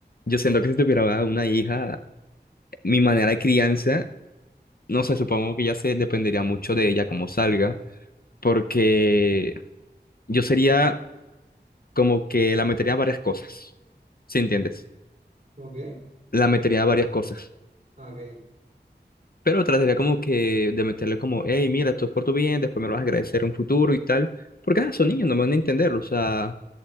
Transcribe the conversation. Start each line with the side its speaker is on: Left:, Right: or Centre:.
Left: Yo siento que si tuviera una hija, mi manera de crianza, no sé, supongo que ya se dependería mucho de ella como salga, porque yo sería como que la metería a varias cosas, ¿sí entiendes?
Right: ¿Cómo qué?
Left: La metería a varias cosas,
Right: Ah, Ok,
Left: pero trataría como que de meterle como, hey, mira, esto es por tu bien, después me lo vas a agradecer en un futuro y tal, porque ah, son niños, no van a entender, o sea,